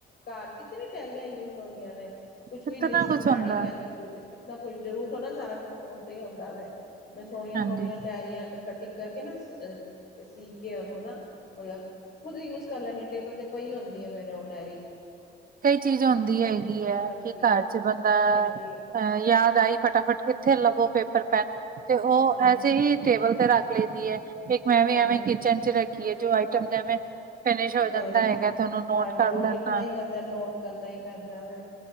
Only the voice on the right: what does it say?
ਕਿਤਨਾ
ਕੁਛ
ਹੁੰਦਾ
ਹਾਂਜੀ
ਕਈ ਚੀਜ਼ ਹੁੰਦੀ ਹੈਗੀ ਹੈ।
ਕਿ ਘਰ 'ਚ ਬੰਦਾ
ਅਹ ਯਾਦ ਆਈ ਫਟਾਫਟ ਕਿਥੇ ਲਵੋ ਪੇਪਰ ਪੈਨ ਤੇ ਉਹ
ਐਸੇ ਹੀ ਟੇਬਲ ਤੇ ਰੱਖ ਲਈ ਦੀ ਹੈ। ਇਕ ਮੈ ਵੀ
ਐਵੇ ਕਿਚਨ 'ਚ ਰੱਖੀ ਹੈ। ਜੋ ਆਈਟਮ ਨੇ ਐਵੇ ਫਿਨਿਸ਼ ਹੋ ਜਾਦਾ।
ਹੈਗਾ ਤੇ ਉਹਨੂੰ ਨੋਟ
ਕਰ
ਲੈਦਾ